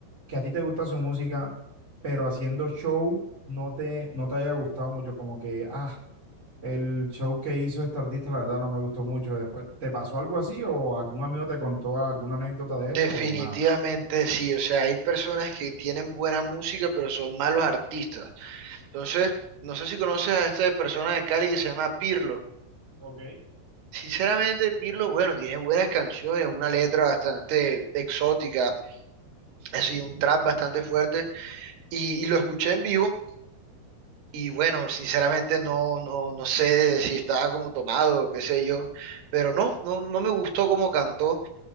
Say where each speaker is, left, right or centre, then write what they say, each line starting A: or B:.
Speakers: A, on the right; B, on the right.
A: que a ti te gusta su música, pero haciendo show no te, no te haya gustado mucho, como que, ah, el show que hizo este artista, la verdad no me gustó mucho. Después, ¿te pasó algo así o algún amigo te contó alguna anécdota de esto
B: Definitivamente
A: o nada?
B: sí, o sea, hay personas que tienen buena música, pero son malos artistas. Entonces, no sé si conoces a esta persona de Cali que se llama Pirlo.
A: Ok.
B: Sinceramente, Pirlo, bueno, tiene buenas canciones, una letra bastante exótica, ha sido un trap bastante fuerte y, y lo escuché en vivo y bueno, sinceramente no, no, no sé si estaba como tomado, o qué sé yo, pero no, no, no me gustó cómo cantó